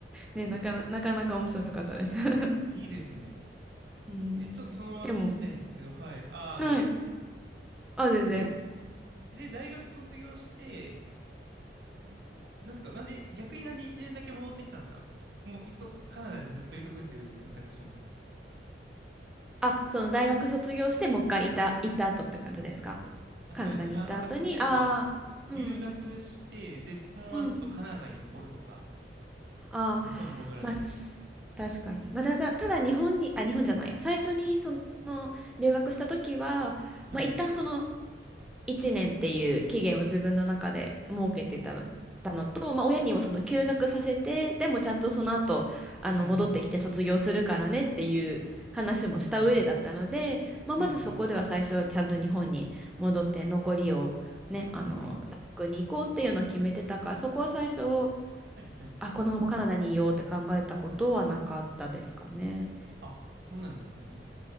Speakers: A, in the centre; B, on the right.
A: ね、なかな、なかなか面白かったです。<laughs>
B: いいですね。
A: うん。
B: え、ちょっとそのまま聞きたいんですけど、
A: でも、
B: はい。ああ、
A: はい。
B: どうぞ。
A: あ、全然。
B: で、大学卒業して、んなんですか、なんで、逆になんで1年だけ戻ってきたんですかもう、いっそカナダにずっといとくっていう選択肢も。
A: あ、その大学卒業して、もう一回いた、行った後って感じですか
B: あ、
A: カナダに行った後に、
B: そうですね。あ、なんか、例えば、
A: ああ、うん、
B: 留学して、で、そのままずっとカナダに残るとか、
A: うん、ああ、
B: 日本に戻らず。
A: まあ、す確かに。まあ、ただ、ただ日本に、あ、日本じゃないや、最初にその留学した時は、
B: はい。
A: まあ、一旦その1年っていう期限を自分の中で設けてたの、
B: うん、
A: たのと、まあ、親にもその休学させてでもちゃんとその後あの戻ってきて卒業するからねっていう話もした上でだったので、
B: うん、うん、
A: まあ、
B: うん、
A: まずそこでは最初ちゃんと日本に戻って残りをねあの大学に行こうっていうのを決めてたからそこは最初
B: うん、うん、うん。はい、はい。
A: あこのままカナダにいようって考えたことはなかったですかね。
B: あ、そうなんですね。